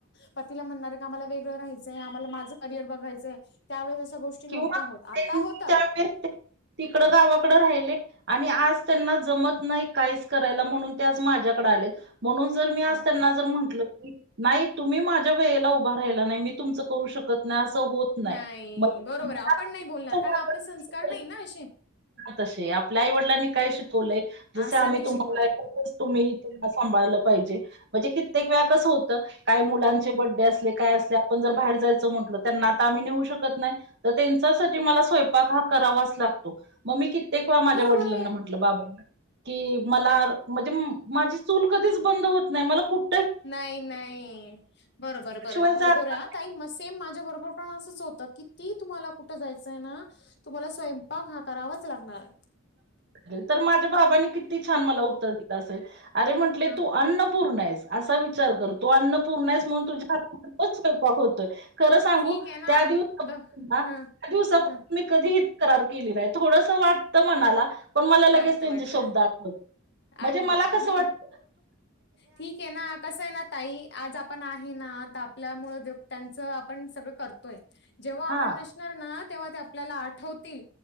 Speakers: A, on the left; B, on the right.
A: पतीला म्हणणारे. आम्हाला वेगळं राहायचय आम्हाला माझं करियर बघायचंय त्यावेळेस अशा गोष्टी नव्हत्या
B: किंवा
A: होत
B: त्यांनी
A: आता होतात.
B: त्यावेळेस तिकडं गावाकड राहिले. आणि आज त्यांना जमत नाही काहीच करायला म्हणून ते आज माझ्याकडे आलेत. म्हणून जर मी
A: हा.
B: असताना जर म्हंटलं. नाही तुम्ही माझ्या वेळेला उभा राहिला नाही मी तुमचं करू शकत नाही असं होत.
A: नाही
B: मग
A: बरोबर
B: मला
A: आहे आपण नाही बोलणार कारण आपले संस्कार नाही ना असे.
B: तसे आपल्या आई वडिलांनी काय शिकवलंय जस
A: असं
B: आम्ही
A: नाही
B: तुम्हाला.
A: शिकवलं
B: तुम्ही इथ <unintelligible> सांभाळायला पाहिजे. म्हणजे कित्येक वेळा कस होतं काय मुलांचे
A: हं,
B: बड्डे असले काय असले आपण जर बाहेर जायचं म्हण. त्यांना आता आम्ही नेऊ शकत नाही तर त्यांच्यासाठी मला स्वयंपाक हा करावाच लागतो. मग मी कित्येक वेळा माझ्या
A: बरोबर
B: वडिलांना
A: आहे.
B: म्हणल. बाबाना की मला म्हणजे माझी चूल कधीच बंद होत नाय मला कुठ.
A: नाही नाही बरोबर बर
B: शिवाय
A: बरोबर
B: जात
A: आहे आ. ताई मग सेम माझ्या बरोबर पण असंच होतं कीतीही तुम्हाला कुठं जायचंय ना तुम्हाला स्वयंपाक हा करावाच लागणार हाय.
B: नंतर माझ्या बाबांनी किती छान मला उत्तर दिलं असेलं अरे म्हटले
A: हा
B: तू अन्न. पुर्ण आहेस असा विचार कर तु अन्नपूर्णा हायस म्हणून तुझ्या हातुनच स्वयंपाक होतोय. खरं सांगू
A: ठीक आहे ना
B: त्या दिवस
A: ब
B: पुन्हा
A: ह
B: दिवसापासून
A: ह
B: मी कधीही तक्रार केली नाही थोडसं वाटतं मनाला. पण मला लगेच
A: वाटत
B: त्यांचे
A: वाटत
B: शब्द आठवत म्हणजे
A: आठवत
B: मला कसं
A: नाही
B: वाटत.
A: ठीक आहे ना कसं आहे ना ताई आज आप. पण आहे ना आपल्यामुळे त्यांच आपण सगळं करतोय जेव्हा आपण
B: हां,
A: नश. ना तेव्हा ते आपल्याला आठवतील